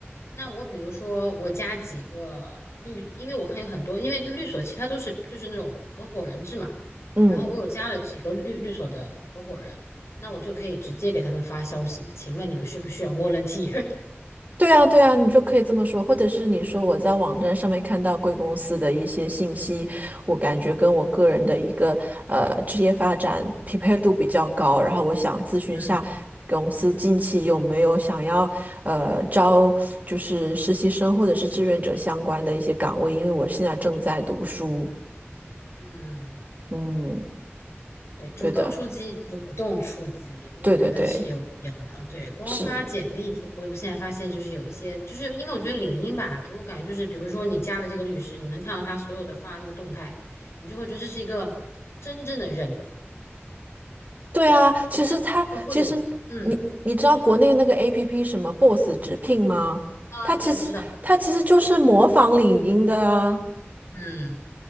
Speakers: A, on the left (about 80°); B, on the right (about 40°).
A: 那我比如说我加几个律，因为我看有很多，因为律所其他都是就是那种合伙人制嘛，
B: 嗯。
A: 然后我有加了几个律律所的合伙人，那我就可以直接给他们发消息嘛，请问你们需不需要 volunteer？
B: 对啊，对啊，你就可以这么说，或者是你说我在网站上面看到贵公司的一些信息，我感觉跟我个人的一个呃职业发展匹配度比较高，然后我想咨询一下公司近期有没有想要呃招就是实习生或者是志愿者相关的一些岗位，
A: <laughs> 嗯
B: 因为我现在正在读书。
A: 嗯。
B: 嗯，
A: 对，主动出击，
B: 对的，
A: 主动出击，我觉得是有必要的。
B: 对对对，
A: 对，光发简历，
B: 是。
A: 我我现在发现就是有一些，就是因为我觉得领英吧，给我感觉就是，比如说你加了这个律师，你能看到他所有的发那个动态，你就会觉得这是一个真正的人，
B: 对啊，其实它其实你你知道国内那个
A: 像就会有，嗯
B: APP 什么 Boss 直聘吗？
A: 啊，
B: 它其实它其实就是模仿领英的啊。
A: 对，我知道，嗯。